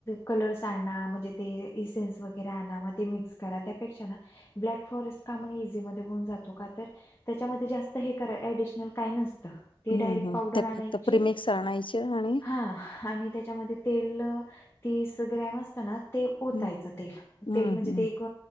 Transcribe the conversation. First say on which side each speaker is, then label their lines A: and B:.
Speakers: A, on the left (about 30°); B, on the left (about 70°).
A: कलर्स आणा. म्हणजे ते इसेन्स वगैरे आणा. मग ते मिक्स करा. त्यापेक्षा ना ते ब्लॅक फॉरेस्ट का म्हण इझी मध्ये होऊन जातो. का तर त्याच्यामध्ये जास्त हे करा, एडिशनल काय नसत. ते
B: हं,
A: डायरेक्ट
B: हं.
A: पावडर
B: ते
A: आणायची.
B: फक्त प्रिमिक्स आणायचे आणि
A: हा, आणि त्याच्यामध्ये तेल तीस ग्रॅम असत ना ते ओतायच
B: हं,
A: तेल‌‌.
B: हं,
A: तेल म्हणजे
B: हं.
A: ते एक